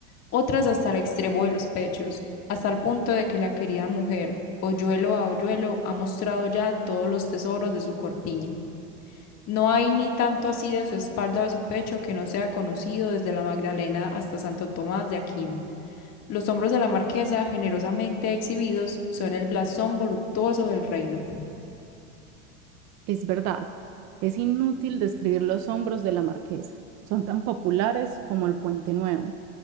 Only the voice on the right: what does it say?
Es verdad, es inútil describir los hombros de la marquesa. Son tan populares como el puente nuevo.